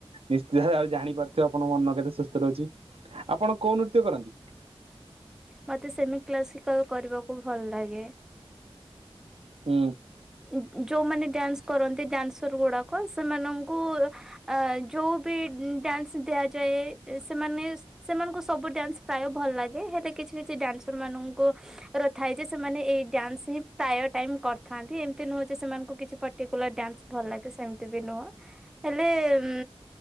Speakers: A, on the right (about 65°); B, in the centre.
A: ନିଶ୍ଚିତ ଭାବେ ଆଉ ଜାଣିପାରୁଥିବେ ଆପଣଙ୍କ ମନ କେତେ ସୁସ୍ଥ ରହୁଛି। ଆପଣ କୋଉ ନୃତ୍ୟ କରନ୍ତି?
B: ମତେ ସେମି କ୍ଲାସିକାଲ କରିବାକୁ ଭଲ ଲାଗେ।
A: ହୁଁ।
B: ଉଁ ଉଁ ଯଉମାନେ ଡ୍ୟାନ୍ସ କରନ୍ତି ଡ୍ୟାନ୍ସର ଗୁଡ଼ାକ ସେମାନଙ୍କୁ। ଆ ଯୋଉ ବି ଉଁ ଡ୍ୟାନ୍ସ ଦିଆଯାଏ ଏ ସେମାନେ ସେମାନଙ୍କୁ ସବୁ ଡ୍ୟାନ୍ସ ପ୍ରାୟ ଭଲ ଲାଗେ ହେଲେ କିଛି କିଛି ଡ୍ୟାନ୍ସର ମାନଙ୍କୁ। ର ଥାଏ ଯେ ସେମାନେ ଏଇ ଡ୍ୟାନ୍ସ ହିଁ ପ୍ରାୟ ଟାଇମ କରିଥାନ୍ତି ଏମିତି ନୁହଁ ଯେ ସେମାନଙ୍କୁ କିଛି ପ ଟିକୁଲାର ଡ୍ୟାନ୍ସ ଭଲ ଲାଗେ ସେମିତି ବି ନୁହଁ ହେଲେ ଉଁ।